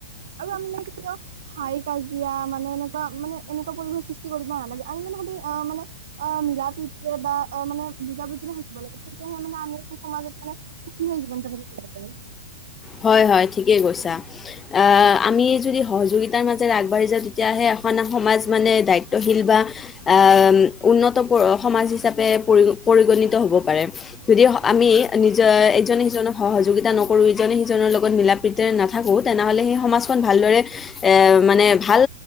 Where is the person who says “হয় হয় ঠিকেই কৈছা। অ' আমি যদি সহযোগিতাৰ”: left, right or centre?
Left